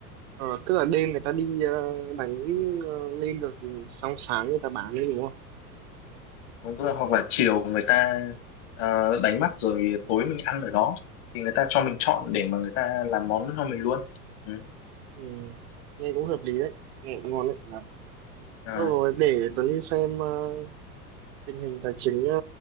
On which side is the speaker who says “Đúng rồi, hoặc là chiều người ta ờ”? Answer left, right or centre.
Left